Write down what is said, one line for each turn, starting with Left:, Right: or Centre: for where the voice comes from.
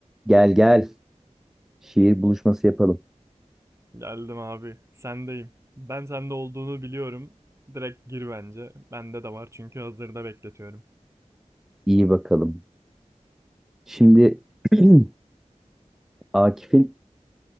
Centre: Gel gel. Şiir buluşması yapalım.
Right: Geldim abi. Sendeyim. Ben sende olduğunu biliyorum. Direkt gir bence. Bende de var çünkü hazırda bekletiyorum.
Centre: İyi bakalım. Şimdi <clears throat> Akif'in